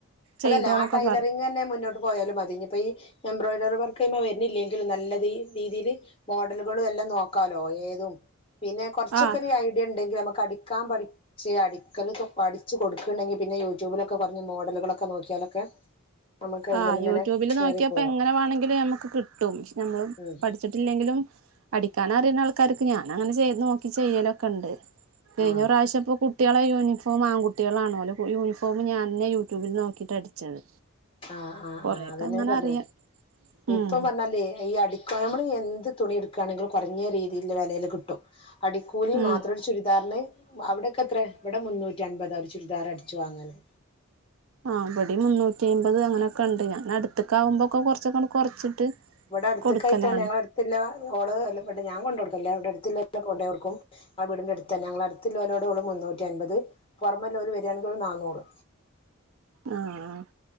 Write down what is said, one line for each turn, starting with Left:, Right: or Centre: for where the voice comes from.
Right: ചെയ്തോന്നൊക്കെ
Left: അതല്ല ആ ടൈലറിങ്
Right: പറയും
Left: തന്നെ മുന്നോട്ട് പോയാലും പതിഞ്ഞ ഇപ്പൊ ഈ എംബ്രോയ്ഡറി വർക്ക് വരുന്നില്ലെങ്കിലും നല്ലീ രീതിയിൽ മോഡലുകളും എല്ലാം നോക്കാലോ ഏതും പിന്നെ കുറച്ചൊക്കെ
Right: ആഹ്
Left: ഒരു ഐഡിയ ഉണ്ടെങ്കിൽ നമക്ക് കടി ക്കാൻ പഠിച്ച് അടിക്കല് പഠിച്ച്ച് കൊടുക്കണ്ടെങ്കി പിന്നെ യൂട്യൂബിലൊക്കെ കുഞ്ഞ മോഡലുകളൊക്കെ നോക്കിയാലൊക്കെ നമുക്ക് അയിമേൽ
Right: ആഹ്
Left: ഇങ്ങനെ
Right: യൂട്യൂബില്
Left: കേറി
Right: നോക്കിയപ്പോ
Left: പോവാം
Right: എങ്ങനെ വേണമെങ്കിലിൽ ഞമ്മക്ക് കിട്ടും നമ്മള്
Left: ഉം
Right: പഠിച്ചിട്ടില്ലെങ്കിലും അടിക്കാനറിയുന്ന ആൾക്കാർക്ക് ഞാനൻങ്ങനെ ചെയ് നോക്കി ചെയ്യലൊക്കെ ഉണ്ട്. കഴിഞ്ഞ
Left: ആഹ്
Right: പ്രാവശ്യ ഇപ്പൊ കുട്ടികളെ യൂനി ഫോം ആൺകുട്ടികളാണോലെ യൂണി ഫോം ഞാൻെ യൂട്യൂബിൽ നോക്കിയിട്ട് അടിച്ചത്.
Left: ആഹ് ആഹ്
Right: കൊറെയൊക്കെ
Left: ആഹ് അതന്നെയാ
Right: അങ്ങനെ
Left: പറഞ്ഞത്
Right: അറിയാം ഉം
Left: ഇപ്പൊ പറഞ്ഞല്ലേ ഈ അടിക്കോ നമ്മള് എന്ത് തുണി എടുക്കുകയാണെങ്കിൽ കുറഞ്ഞ രീതിൽ വെലയില് കിട്ടും. അടിക്കൂലി
Right: ഉം
Left: മാത്രം ചുരിദാറിന് അവിടക്കെ എത്ര ഇവിടെ മുന്നൂറ്റി അൻമ്പതാ ഒരു ചുരിദാർ അടിച്ചു വാങ്ങനെ
Right: ആ പൊടി മുന്നൂറ്റി അമ്പത് അങ്ങനെയൊക്കെ ഉണ്ട് ഞാൻ അടുത്ത്ക്കാവുമ്പോക്കെ കുറച്ചൊക്കെ കൊറച്ചിട്ട്
Left: ഇവിടെ അടുത്ത
Right: കൊടുക്കലാണ്
Left: കായിയിട്ടാ ഞങ്ങള അടുത്തില്ല ഓള് അല്ല ഞാൻ കൊണ്ട് കൊടുക്കല്ലേ അവിടെ അടുത്ത് വർക്കും അവിടെ അടുത്തന്നെ ഞങ്ങൾ അടുത്ത ലോലോടെ ഉള്ളൂ മുന്നൂറ്റി അൻപത് പുറമെ ലോല വരികയാണെങ്കി നാനൂറു
Right: ആഹ്